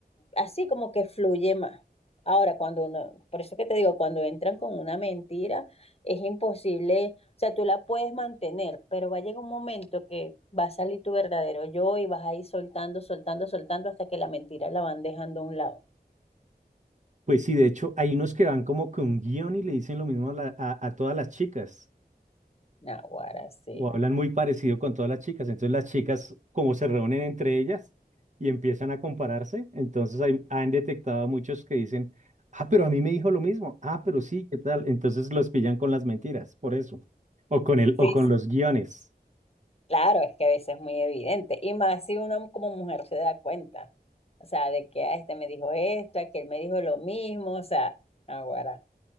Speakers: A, on the left; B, on the right.
A: así como que fluye más. Ahora, cuando uno, por eso que te digo, cuando entran con una mentira, es imposible, o sea, tú la puedes mantener, pero va a llegar un momento que va a salir tu verdadero yo y vas a ir soltando, soltando, soltando hasta que la mentira la van dejando a un lado.
B: Pues sí, de hecho, hay unos que van como con guión y le dicen lo mismo a, la- a- a todas las chicas,
A: Naguará, sí.
B: o hablan muy parecido con todas las chicas. Entonces las chicas como se reúnen entre ellas y empiezan a compararse, entonces hay- han detectado a muchos que dicen, ah, pero a mí me dijo lo mismo, ah, pero sí, ¿qué tal? Entonces los pillan con las mentiras, por eso, o con el, o
A: Sí,
B: con
A: sí,
B: los guiones.
A: claro, es que a veces es muy evidente. Y más si uno como mujer se da cuenta, o sea, de que ah, este me dijo esto, aquel me dijo lo mismo, o sea, naguará.